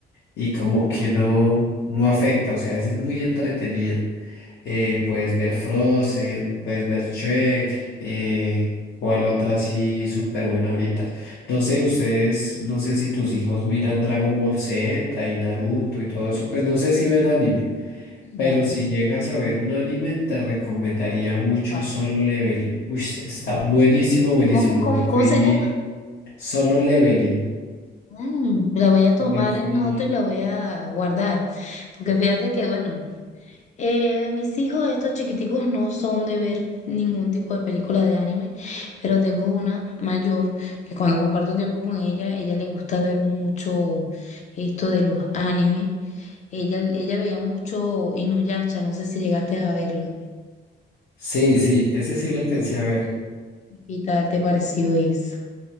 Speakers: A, on the left (about 65°); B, on the left (about 40°).
A: y como que no, no afecta, o sea, es muy entretenida eh, puedes ver Frozen, puedes ver Shrek, eh, cuál otra así súper buena ahorita. No sé, ustedes, no sé si tus hijos miran Dragon Ball Z y Naruto y todo eso, pues no sé si ven anime,
B: Mira,
A: pero si llegas a ver un anime, te recomendaría mucho
B: ¿cuál?
A: Solo Leveling. Uy, sí, está buenísimo, buenísimo.
B: ¿Cómo, cómo,
A: Me fui
B: cómo se llama?
A: Solo Leveling.
B: Mm, la voy a tomar
A: Me fui.
B: en nota y la voy a guardar. Porque fíjate que, bueno, eh, mis hijos, estos chiquiticos, no son de ver ningún tipo de película de anime. Pero tengo una mayor que cuando comparto tiempo con ella, ella le gusta ver mucho esto de los animes. Ella, ella veía mucho Inuyasha, no sé si llegaste a verlo.
A: Sí, sí, ese sí lo alcancé a ver.
B: ¿Qué tal te pareció eso?